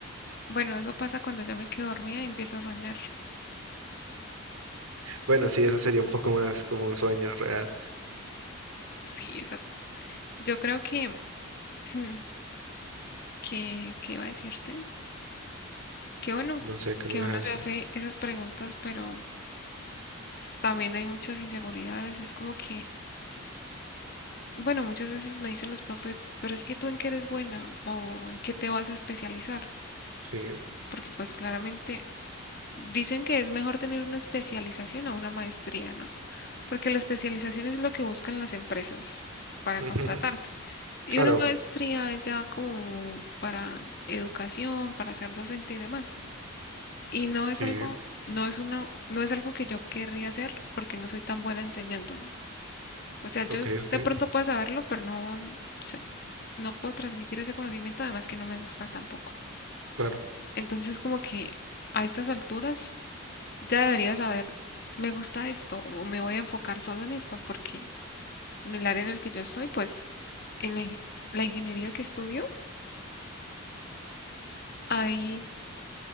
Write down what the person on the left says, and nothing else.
Bueno, eso pasa cuando ya me quedo dormida y empiezo a soñar.
Sí, exacto. Yo creo que, <clears throat> que, ¿qué iba a decirte? Qué bueno
que
uno
se hace esas preguntas, pero también hay muchas inseguridades. Es como que, bueno, muchas veces me dicen los profes, pero es que tú en qué eres buena o en qué te vas a especializar,
porque pues claramente dicen que es mejor tener una especialización a una maestría, ¿no? Porque la especialización es lo que buscan las empresas para
contratarte. Y
una maestría es ya como para educación, para ser docente y demás. Y no es
algo, no es una, no es algo que yo querría hacer porque no soy tan buena enseñando. O sea, yo
de pronto puedo saberlo, pero no sé- no puedo transmitir ese conocimiento, además que no me gusta tampoco.
Entonces, como que a estas alturas ya debería saber, me gusta esto o me voy a enfocar solo en esto porque en el área en el que yo estoy, pues en la, ing- la ingeniería que estudio, hay